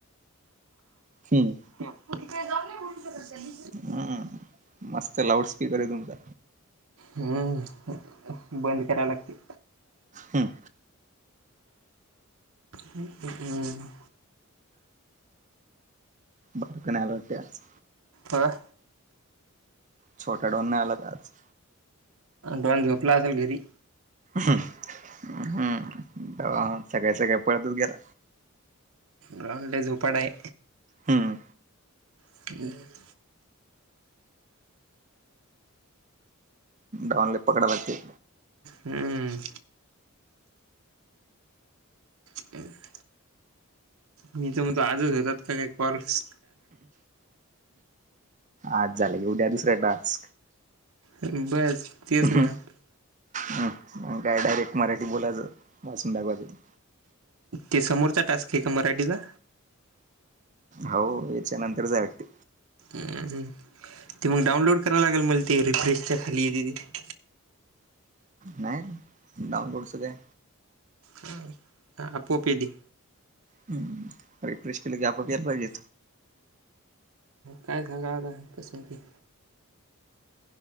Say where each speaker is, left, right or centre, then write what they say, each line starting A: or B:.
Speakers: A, on the right; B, on the right.
A: हम्म.
B: तुम्ही काय जावून बोलू शकत त्यांनी
A: हम्म मस्त लाऊड स्पीकर आहे तुमचा.
B: हम्म बंद करा लागतंय.
A: हम्म.
B: हम.
A: बरका नाही आल वाटते आज.
B: व्हय.
A: छोटा डॉन नाही आला काय आज‌?
B: डॉन झोपला असल घरी.
A: हम् हम्म डॉन सकाळी सकाळी पळतच गेला.
B: डॉन लई झोपाडा आहे.
A: हम्.
B: <unintelligible>
A: डॉन ला पकडाय लागतंय.
B: हम्म. <inaudible> मी तर म्हणतो आजच होतात का काय कॉल्स.
A: आज झालं की उद्या दुसरा टास्क
B: बस तेच
A: ह
B: मग
A: मग काय डायरेक्ट मराठी बोलायचं बसंदाबाजून
B: ते समोरचा टास्क आहे का मराठीचा
A: हो याच्या नंतरच आहे वाटते.
B: ते मग डाउनलोड करावला लागेल मला ते रिफ्रेशच्या खाली येतय ति
A: नाही डाऊनलोडच काय?
B: हम् ह आपोआप येली.
A: हम् रिफ्रेश केलं की आपोआप यायला पाहिजे.
B: काय सग कसं की.